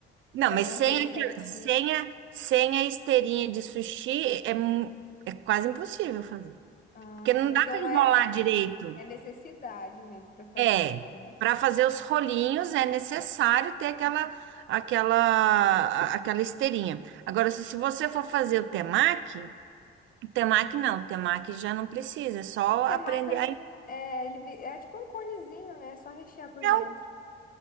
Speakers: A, on the right (about 40°); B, on the left (about 30°).
A: Não,
B: Pra
A: mas
B: manter
A: sem,
B: ele certinho.
A: aquele- sem, a, sem a esteirinha de sushi é, mu- é quase impossível fazer.
B: Ah,
A: Porque não dá
B: então
A: para enrolar
B: é, é
A: direito.
B: É necessidade mesmo pra fazer
A: É,
B: ele, né?
A: para fazer os rolinhos é necessário ter aquela aquela a- aquela esteirinha. Agora, se, se você for fazer o temaki, o temaki não, o temaki já não precisa, é só
B: O temaki
A: aprender. Aí,
B: é, ele vi- é tipo um conezinho, né? É só rechear por
A: não,
B: dentro.